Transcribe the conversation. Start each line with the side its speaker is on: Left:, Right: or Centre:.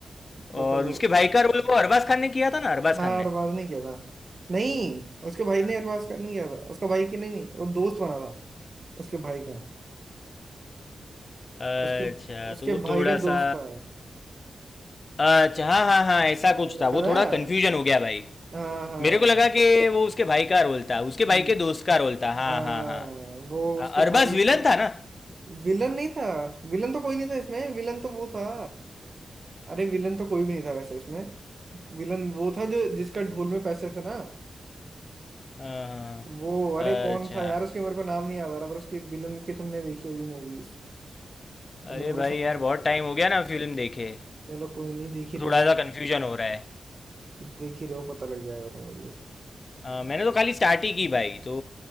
Right: बता
Left: और
Right: दो
Left: उसके भाई का रोल वो अरबाज खान ने किया था ना अरबाज
Right: हाँ
Left: खान ने
Right: अरबाज नहीं किया था नहीं उसके भाई
Left: हाँ।
Right: ने अरबाज का नहीं किया था उसका भाई के नहीं नहीं वो दोस्त बना था उसके भाई का
Left: अच्छा
Right: उसके उसके
Left: तो वो
Right: भाई
Left: थोड़ा
Right: का दोस्त
Left: सा
Right: था
Left: अच्छा हाँ हाँ हाँ ऐसा
Right: हाँ,
Left: कुछ था
Right: याद
Left: वो
Right: आया
Left: थोड़ा कंफ्यूजन हो गया भाई
Right: हाँ हाँ
Left: मेरे को लगा कि वो उसके भाई का रोल था उसके
Right: हम्म,
Left: भाई के दोस्त का रोल था हाँ
Right: हाँ
Left: हाँ हाँ
Right: वो
Left: हाँ,
Right: उसके
Left: अरबाज
Right: भाई
Left: विलन
Right: तो
Left: था ना
Right: विलन नहीं था विलन तो कोई नहीं था इसमें विलन तो वो था अरे विलन तो कोई भी नहीं था वैसे इसमें विलन वो था जो जिसका ढोल में पैसे थे ना
Left: हाँ हाँ
Right: वो
Left: हाँ
Right: अरे कौन
Left: अच्छा
Right: था यार उसके मेरे को नाम नहीं याद आ रहा पर उसकी विलन की तुमने देखी होगी मूवीज मेरे
Left: अरे
Right: को
Left: भाई
Right: ऐसा
Left: यार
Right: नाम नहीं
Left: बहुत टाइम
Right: पता।
Left: हो गया ना फिल्म देखे
Right: चलो कोई नहीं देख ही
Left: तो
Right: रहे
Left: थोड़ा
Right: हो
Left: सा कंफ्यूजन हो रहा है
Right: देख ही रहे हो पता लग जाएगा तुम्हें भी
Left: अ, मैंने तो खाली स्टार्ट ही की भाई तो